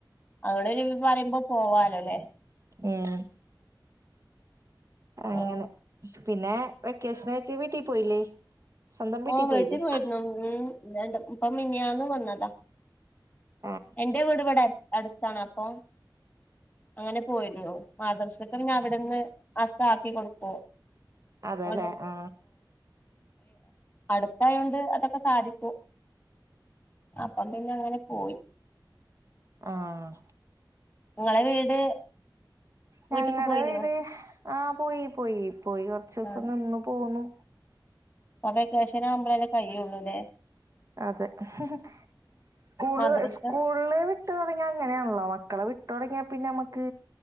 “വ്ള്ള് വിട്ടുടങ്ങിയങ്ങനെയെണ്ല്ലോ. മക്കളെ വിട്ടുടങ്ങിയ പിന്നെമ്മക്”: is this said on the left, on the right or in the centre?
Right